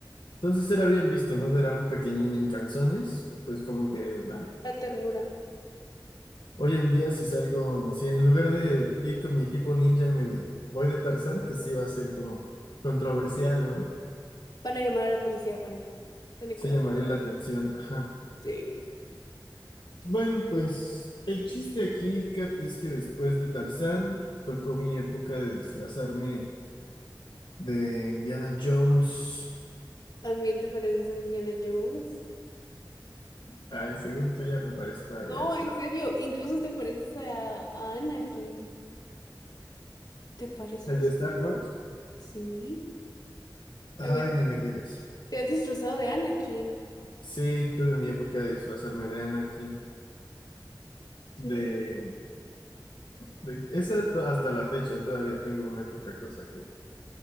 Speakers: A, on the left; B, on the left.
A: Entonces era bien visto, ¿no? Ver a un pequeñín en calzones, pues como que, ah,
B: La ternura.
A: Hoy en día, si salgo, si en lugar de ir con mi equipo ninja me voy de Tarzán, pues sí va a ser como controversial, ¿no?
B: Van a llamar a la policía, Juani. Ten
A: Sí
B: cuidado.
A: llamaría la atención. Ajá.
B: Sí.
A: Bueno, pues el chiste aquí, Kat, es que después de Tarzán tocó mi época de disfrazarme de Indiana Jones.
B: También te pareces a Indiana Jones.
A: Ay, según tú ya me parezco ahí
B: No,
A: hasta.
B: en serio, incluso te pareces a, a Anakin. ¿Te pareces?
A: El de Star Wars.
B: Sí.
A: Ay,
B: También
A: ni me digas.
B: te has disfrazado de Anakin.
A: Sí, tuve mi época de disfrazarme de Anakin,
B: Sí,
A: de
B: le...
A: De- esa to- hasta la fecha todavía tengo una que otra cosa que,